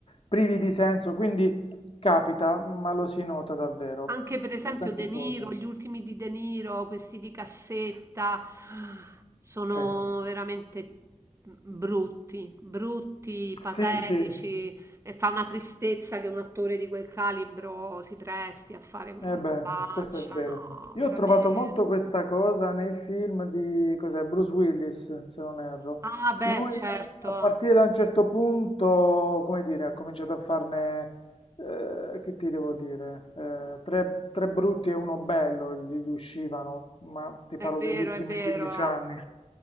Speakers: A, on the left (about 50°); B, on the right (about 25°).
A: privi di senso, quindi capita, ma lo si nota davvero,
B: Anche
A: mm,
B: per esempio
A: da tante
B: De Niro,
A: cose.
B: gli ultimi di De Niro, questi di cassetta, sono
A: Sì,
B: veramente brutti, brutti, patetici,
A: sì, sì,
B: e fa una tristezza che un attore di quel calibro si presti a fare quella
A: Eh beh,
B: robaccia,
A: questo è vero.
B: no,
A: Io
B: veramente.
A: ho trovato molto questa cosa nei film di, cos'è, Bruce Willis, se non erro.
B: Ah, beh,
A: Lui
B: certo,
A: a partire da un certo punto, come dire, ha cominciato a farne, eh, che ti devo dire, eh, tre, tre brutti e uno bello gli uscivano, ma ti
B: è
A: parlo
B: vero,
A: degli ultimi
B: è vero.
A: 15 anni.